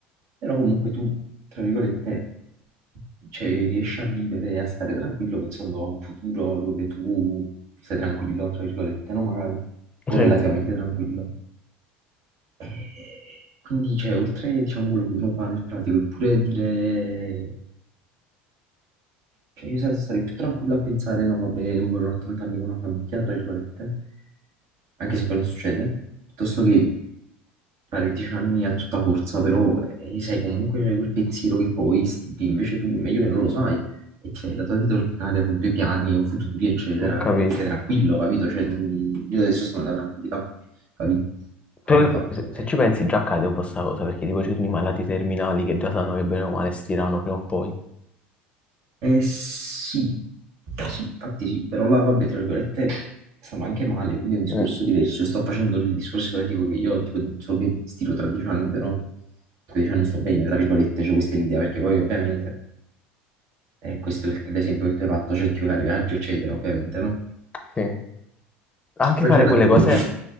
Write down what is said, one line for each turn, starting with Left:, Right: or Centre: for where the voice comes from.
Right: Però comunque tu, tra virgolette, cioè, riesci a vivere e a stare tranquillo pensando a un futuro dove tu stai tranquillo, tra virgolette, no? Magari, o
Left: Sì,
Right: relativamente tranquillo. E quindi, cioè, oltre, diciamo, quello che uno fa nel pratico, è pure dire... Cioè, io sa- sarei più tranquillo a pensare, no, vabbè, morirò a 80 anni con una famiglia, tra virgolette, anche se poi non succede, piuttosto che fare dieci anni a tutta forza, però eh, sai comunque c'è quel pensiero che poi stipi, invece tu meglio che non lo sai e ti fai la tua vita ordinaria con i tuoi piani o futuri, eccetera,
Left: ho capito.
Right: e stai tranquillo, capito? Cioè, mm, io adesso sono nella tranquillità, capito? Qual
Left: Però
Right: è il fatto?
Left: che- se, se
Right: Eh,
Left: ci pensi già accade un po' sta cosa, perché tipo ci sono i malati terminali che già sanno che bene o male stirano prima o poi.
Right: eh, sì, sì, infatti sì, però là, vabbè, tra virgolette, stavo anche male, quindi è un discorso
Left: mm,
Right: diverso. Io sto facendo il discorso ipotetico che io, tipo, so che stiro tra dieci anni, però tra dieci anni sto bene, tra virgolette, cioè questa è l'idea, perché poi ovviamente... E questo è il- l'esempio che tu hai fatto, c'è il chi vuole fare viaggio, eccetera, ovviamente, no?
Left: sì. anche
Right: Poi
Left: fare
Right: c'era
Left: quelle
Right: tipo
Left: cose,
Right: un...